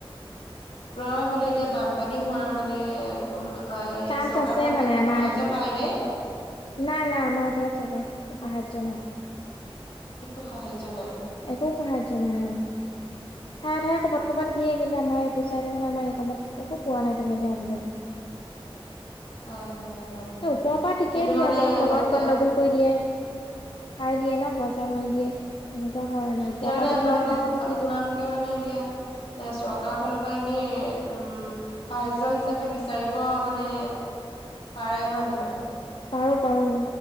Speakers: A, on the left; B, on the left.
A: আপনাৰো হেইফালে এতিয়া বানপানী হোৱাৰ মানে কোনবা অ', এই
B: চান্স
A: চৰকাৰৰ
B: আছে
A: ফালৰ
B: মানে
A: পৰা কিবা
B: আমাৰ
A: সাহাৰ্য্য
B: এইফালে
A: পায় নে?
B: নাই, নাই আমাৰ এফালে চৰকাৰৰ সাহায্য নাই ।
A: একো সাহায্য নাই।
B: একো সাহাৰ্য নাই অ', ঠায়ে ঠায়ে ক'বাত ক'বাত দিয়ে, কিন্তু আমাৰ এইটো চাইডে মানে আমাৰ এই কনত একো পোৱা নাই তেনেকে আজিলৈকে।
A: হয় হয় অ
B: এ, ওপৰ পা ঠিকেই
A: এইটো
B: দিয়ে
A: মানে
B: আপোনাক তলত
A: এতিয়া
B: গণ্ডগোল কৰি দিয়ে। খাই দিয়ে ন' পইচা মাৰি দিয়ে। এনেকুৱা হয় ওপৰৰ
A: তিয়া মানে
B: পৰাতো
A: আপোনালোকক
B: দিয়াতো ঠিকেই
A: আপোনালোকে
B: দিয়ে
A: মানে এতিয়া, এ' চৰকাৰৰ ফালৰপা ইনে, উম, সাহায্য হিচাপে বিচাৰিব অ', মানে পাৰে, হয়, নহয়?
B: পাৰো পাৰো